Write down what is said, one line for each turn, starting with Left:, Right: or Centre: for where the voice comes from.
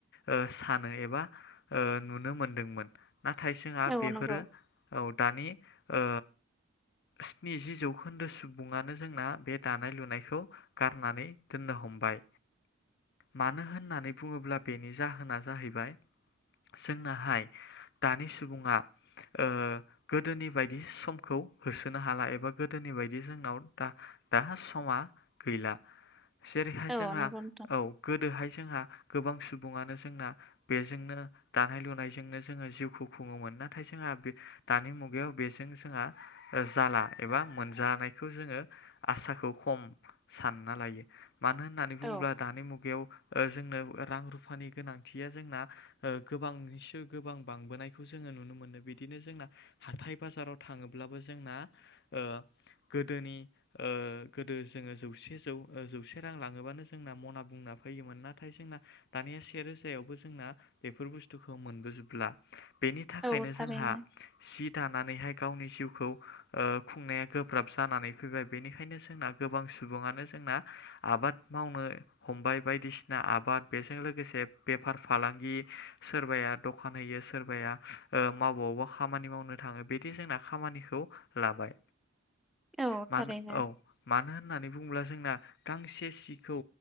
Left: ओ सानो एबा ओ नुनो मोनदोंमोन नाथाय जोंहा
Centre: औ
Left: बेफोरो
Centre: नंगौ
Left: औ दानि ओ स्निजि जौखोन्दो सुबुङानो जोंना बे दानाय लुनायखौ गारनानै दोननो हमबाय। मानो होननानै बुङोब्ला बेनि जाहोना जाहैबाय जोंनाहाय दानि सुबुङा ओ गोदोनि बायदि समखौ होसोनो हाला एबा गोदोनि बायदि जोंनाव दा दा सम आ गैला जेरैहाय
Centre: औ
Left: जोंहा
Centre: नंगौ नोंथां
Left: औ गोदोहाय जोंहा गोबां सुबुङानो जोंना बेजोंनो दानाय लुनायजोंनो जोङो जिउखौ खुङोमोन नाथाय जोंहा दा बे दानि मुगायाव बेजों जोंहा जाला एबा मोनजानायखौ जोङो आसाखौ खम सानना लायो मानो होननानै
Centre: औ
Left: बुङोब्ला दानि मुगायाव ओ जोंनो रां रुफानि गोनांथिया जोंना ओ गोबांनिसो गोबां बांबोनायखौ जोङो नुनो मोनो बे बिदिनो जोंना हाथाय बाजाराव थाङोब्लाबो जोंना ओ गोदोनि ओ गोद ओ जोङो जौसे जौ जौसे रां लाङोबानो जोंना मना बुंना फैयोमोन नाथाय जोंना दानिया से रोजायावबो जोंना बेफोर बुस्थुखौ मोनबोजोबला बेनि थाखायनो
Centre: औ थारैनो
Left: जोंहा जि दानानैहाय गावनि जिउखौ ओ खुंनाया गोब्राब जानानै फैबाय बेनिखायनो जोंना गोबां सुबुङानो जोंना आबाद मावनो हमबाय बायदिसिना आबाद बेजों लोगोसे बेफार फालांगि सोरबाया दखान होयो सोरबाया ओ मावबावबा खामानि मावनो थाङो बिदि जोंना खामानिखौ लाबाय
Centre: औ
Left: मानो
Centre: थारैनो
Left: औ मानो होननानै बुङोब्ला जोंना गांसे सिखौ